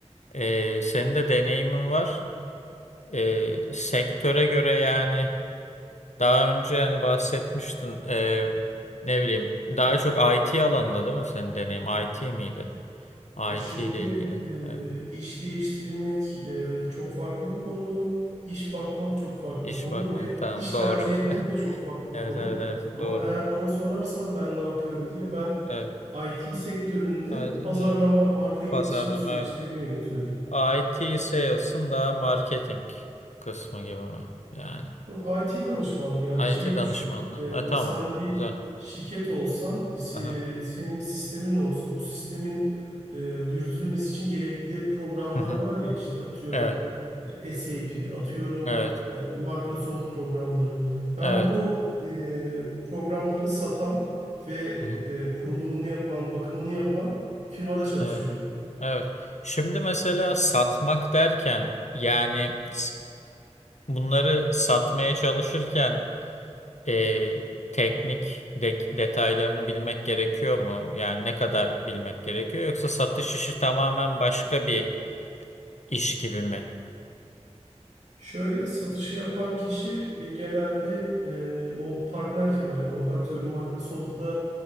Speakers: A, on the left; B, on the right.
A: E, senin de deneyimin var. E, sektöre göre yani daha önce hani bahsetmiştin e, ne bileyim daha çok IT alanında değil mi senin deneyim? IT miydi?
B: E şimdi
A: IT ile ilgili.
B: e,
A: Evet.
B: iş değiştirmek e, çok farklı bir konu. İş bakmak çok farklı
A: İş
B: bir konu
A: bakmak
B: ve
A: tamam
B: iş
A: doğru.
B: tercih
A: <laughs>
B: etmek de çok farklı
A: Evet
B: bir konu.
A: evet evet
B: Ama
A: doğru.
B: eğer bana sorarsan ben ne yapıyorum diye ben
A: Evet.
B: IT sektöründe
A: IT,
B: pazarlama,
A: evet.
B: marka iletişim
A: Pazarlama
B: süreçlerini
A: evet.
B: yönetiyorum.
A: IT sales'ın daha marketing kısmı gibi mi? Yani
B: Yok IT danışmanlığı yani
A: IT
B: şeyi
A: danışmanlığı.
B: düşün. Ee,
A: Ha tamam.
B: sen bir
A: Güzel.
B: şirket olsan, e,
A: Aha.
B: senin bir sistemin olsa bu sistemin e, yürütülmesi için gerekli programlar
A: Hı hı.
B: var ya işte atıyorum
A: Evet.
B: e, SAP, atıyorum
A: Evet.
B: e, Microsoft programları. Ben
A: Evet.
B: bu e, programları satan ve
A: Hı hı.
B: e, kurulumunu yapan, bakımını yapan firmada çalışıyorum.
A: Evet. Evet. Şimdi mesela satmak derken yani s- bunları satmaya çalışırken e, teknik de- detaylarını bilmek gerekiyor mu? Yani ne kadar bilmek gerekiyor? Yoksa satış işi tamamen başka bir iş gibi mi?
B: Şöyle satışı yapan kişi e, genelde e, o partner firma yani o atıyorum Microsoft'la